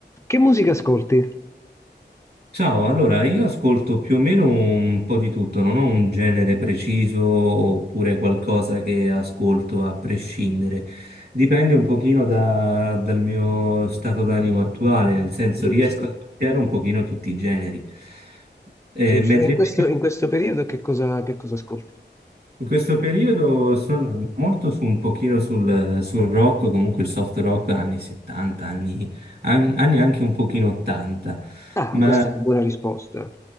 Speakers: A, on the left (about 15°); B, on the right (about 60°).
A: Che musica ascolti?
B: Ciao, allora io ascolto più o meno un po' di tutto, non ho un genere preciso oppure qualcosa che ascolto a prescindere. Dipende un pochino da- dal mio stato d'animo attuale, nel senso
A: Giusto,
B: riesco a ascoltare un pochino tutti i generi. Eh,
A: giusto.
B: mentre
A: E in
B: invece
A: questo, in questo periodo che cosa, che cosa ascolti?
B: in questo periodo sto andando molto su un pochino sul, sul rock, comunque il soft rock anni 70, anni, an- anni anche un pochino 80.
A: Ah,
B: Ma
A: questa è una buona risposta.